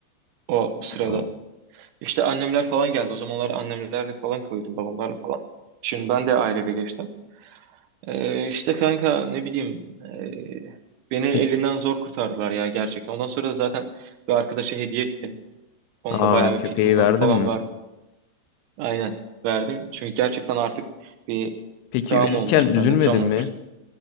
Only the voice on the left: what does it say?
Aa.
Peki,
aa
köpeği
verdin
mi?
Peki
verirken
üzülmedin
mi?